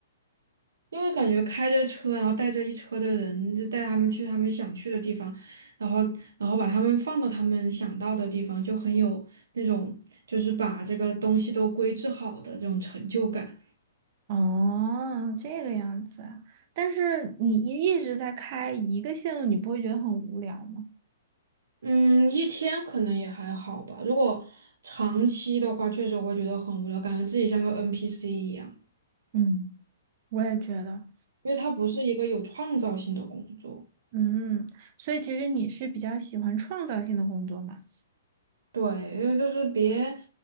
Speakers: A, on the right; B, on the right.
A: 因为感觉开着车，然后带着一车的人，就带他们去他们想去的地方，然后然后把他们放到他们想到的地方，就很有那种就是把这个东西都规制好的这种成就感。
B: 哦，这个样子啊。但是你一一直在开一个线路，你不会觉得很无聊吗？
A: 嗯，一天可能也还好吧。如果长期的话，确实会觉得很无聊，感觉自己像个 NPC 一样，
B: 嗯，我也觉得。
A: 因为它不是一个有创造性的工作。
B: 嗯，所以其实你是比较喜欢创造性的工作嘛？
A: 对，因为就是别